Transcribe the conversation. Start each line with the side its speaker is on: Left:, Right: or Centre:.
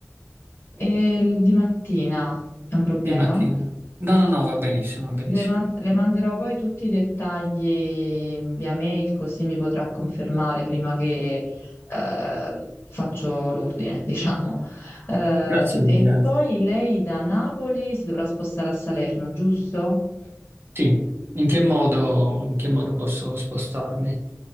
Left: E il di mattina è un problema?
Right: Di mattina. No, no, no, va benissimo, va benissimo.
Left: Le, man- le manderò poi tutti i dettagli via mail, così mi potrà confermare prima che eh, faccio l'ordine, <laughs> diciamo. Eh,
Right: Grazie mille.
Left: e poi lei da Napoli si dovrà spostare a Salerno, giusto?
Right: Sì, in che modo, in che modo posso spostarmi?